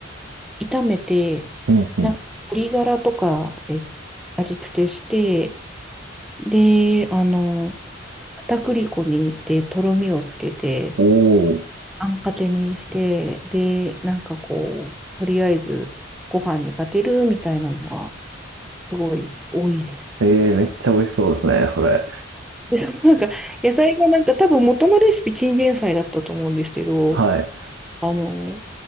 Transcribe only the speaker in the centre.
炒めて、
なんか、鶏ガラとかで味付けして、で、あの、片栗粉にでとろみをつけて、
あんかけにして、で、なんかこう、とりあえずご飯にかけるみたいなのが、すごい多いです。
で、そのなんか、野菜がなんか多分元のレシピチンゲン菜だったと思うんですけど、
あの、